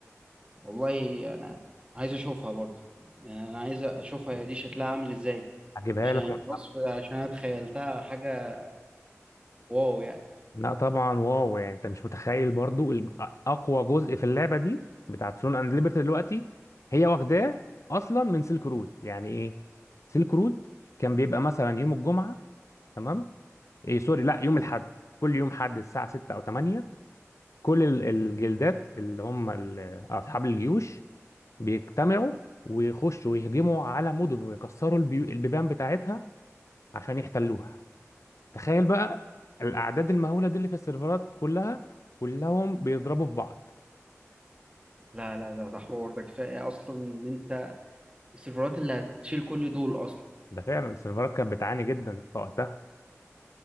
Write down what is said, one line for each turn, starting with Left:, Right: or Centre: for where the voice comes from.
Right: والله انا عايز اشوفها برضه يعني انا عايز اشوفها هي دي شكلها عامل ازاي
Left: هجيبها
Right: عشان
Left: لك
Right: الوصف
Left: ون-
Right: عشان انا تخيلتها حاجه واو يعني
Left: لا طبعا واو يعني أنت مش متخيل برضو ال- أ- أقوى جزء في اللعبة دي بتاعت ثرون أند ليبرتي دلوقتي هي واخداه أصلا من سيلك رود يعني إيه سيلك رود كان بيبقى مثلا يوم الجمعة تمام إيه سوري لا يوم الحد كل يوم حد الساعة 6 أو 8 كل ال- الجلدات اللي هم ال- أصحاب الجيوش بيجتمعوا ويخشوا ويهجموا على مدن ويكسروا البيو... البيبان بتاعتها عشان يحتلوها تخيل بقى الأعداد المهولة دي اللي في السيرفرات كلها كلهم بيضربوا في بعض
Right: لا لا ده ده حوار ده كفايه اصلا ان انت السيرفرات اللي هتشيل كل دول اصلا
Left: ده فعلا السيرفرات كانت بتعاني جدا في وقتها